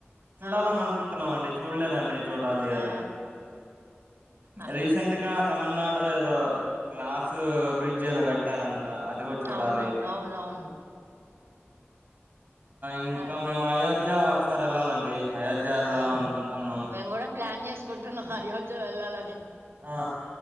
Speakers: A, on the right (about 40°); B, on the right (about 65°).
A: చూడాలని
B: ఆ!
A: అనుకుంటున్నాం అండి చూడలేదండి చూడాలి అది
B: ఆ! ఆ!
A: రీసెంట్ గా తమిళనాడు ఏదో గ్లాస్ బ్రిడ్జ్ ఏదో కట్టారని అది కూడా చూడాలి
B: అవునవును. అవునవును.
A: ఇంకా
B: ఆ!
A: మేము అయోధ్య ఒకసారి వెళ్ళాలండి అయోధ్య వెల్లాలి
B: ఆ!
A: అనుకుంటున్నాం
B: మేము గూడా ప్లాన్ చేసుకుంటున్నాం అయోధ్య కు వెళ్ళాలని
A: ఆ! ఆ!